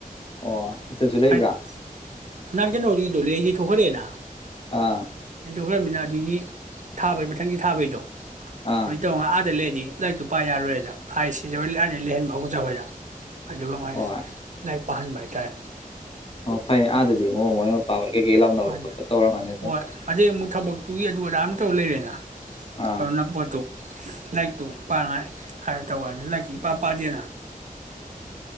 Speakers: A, on the left; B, on the right.
A: ꯑꯣ ꯏꯆꯟꯁꯨ ꯂꯩꯕ꯭ꯔꯥ
B: <unintelligible> ꯅꯪ ꯀꯩꯅꯣ ꯑꯗꯨꯗꯣ ꯂꯩꯌꯦ ꯊꯣꯛꯈꯜꯂꯦꯅ
A: ꯑꯥ
B: ꯂꯣꯏꯃꯤꯅ ꯑꯗꯨꯒꯤ ꯊꯥꯕꯩ ꯃꯊꯪꯒꯤ ꯊꯥꯕꯩꯗꯣ
A: ꯑꯥ
B: ꯇ ꯑꯥꯗ ꯂꯩꯗꯤ ꯂꯥꯏꯔꯤꯛꯇꯨ ꯄꯥꯏ ꯌꯥꯔꯣꯏꯗ ꯍꯥꯏ ꯁꯤꯖꯧ ꯑꯥꯗ ꯂꯩꯍꯟꯕ ꯑꯕꯣꯛꯆꯥ ꯍꯣꯏꯗ ꯑꯗꯨꯒ ꯑꯃꯥꯏꯅ
A: ꯍꯣꯏ
B: ꯄꯍꯟꯕ ꯍꯥꯏ ꯇꯥꯔꯦ
A: ꯑꯣ ꯐꯩ ꯑꯥꯗꯗꯤ ꯑꯣ <unintelligible> ꯌꯦ ꯂꯥꯎꯅꯕ
B: ꯃꯥꯅꯤ
A: ꯈꯣꯠꯄ ꯇꯧꯔꯝꯒꯅꯤ ꯗꯨꯝ
B: ꯍꯣꯏ ꯑꯗꯩ ꯑꯃꯨꯛ ꯊꯕꯛꯇꯨꯒꯤ ꯑꯗꯨ ꯑꯗꯥ ꯑꯝ ꯇꯧ ꯂꯩꯔꯦꯅ
A: ꯑꯥ
B: ꯑ ꯅꯛꯄꯗꯨ ꯂꯥꯏꯔꯤꯛꯇꯨ ꯄꯥꯉꯥꯏ ꯍꯥꯏꯔ ꯇꯧꯕ ꯑꯗ ꯂꯥꯏꯔꯤꯛꯇꯤ ꯏꯄꯥ ꯄꯥꯗꯦꯅ